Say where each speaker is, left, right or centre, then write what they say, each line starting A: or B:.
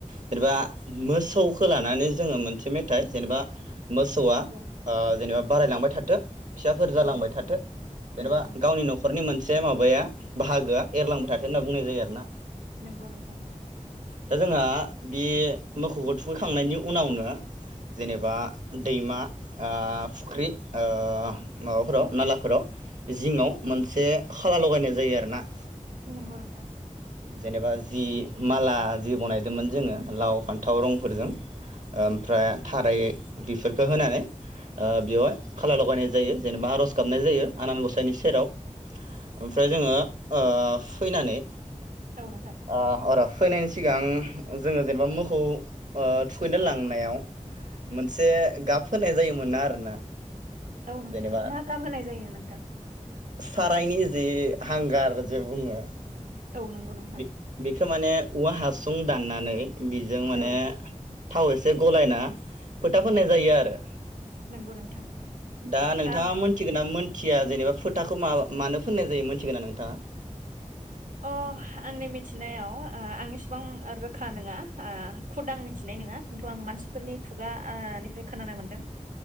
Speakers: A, on the right; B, on the right.
A: जेनेबा मोसौखौ लानानै जोङो मोनसे मेथाइ जेनेबा मोसौआ
B: नोंगौ
A: ओ जेनेबा बारायलांबाय थाथों फिसाफोर जालांबाय
B: औ
A: थाथो जेनेबा
B: नोंगौ नोंथां
A: गावनि न'खरनि मोन से माबाया बाहागोआ एरलांबाय थाथों होनना बुंनाय जायो आरो ना।
B: नंगौ नोंथां।
A: दा जोंहा बे मोखौखौ थुखैखांनायनि उनावनो जेनेबा दैमा ओ फुख्रि ओ माबाफोराव नालाफोराव जिङाव मोनसे खाला लगायनाय जायो आरो ना।
B: नोंगौ नोंथां
A: जेनेबा जि माला जि बनायदोंमोन जोङो लाव फान थाव रंफोरजों ओमफ्राय थाराइ बेफोरखौ होनानै ओ बेवहाय खाला लगायनाय जायो जेनेबा आरज गाबनाय जायो आनान गसाइनि सेराव। ओमफ्राय जोङो ओ फैनानै
B: औ नोंथां
A: ओ अर' फैनायनि सिगां जोङो जेनेबा मोखौ ओ थुखैनो लांनायाव मोनसे गाब होनाय जायोमोना आरोना
B: औ नोंथां
A: जेनेबा
B: मा गाम होनाय जायो नोंथां?
A: सारायनि जे हांगार जे बुङो।
B: औ नोंगौ नोंथां
A: बे बेखौ माने औवा हासु सुं दाननानै बेजों माने
B: औ
A: थाव एसे गलायना फोथा फोननाय
B: औ
A: जायो आरो
B: नोंगौ नोंथां
A: <inaudible> दा नोंथाङा
B: अ
A: मोनथिगोना मोन खिया जेनेबा फोथाखौ मा मानो फोननाय जायो मोनथिगोना नोंथाङा?
B: अह आंनि मिथिनायाव ओ आं एसेबां ओ रोखा नङा ओ खुद मिथिनाय नङा खिन्थु आं मानसिफोरनि खुगा ओ निफ्राय खोनानो मोनदों।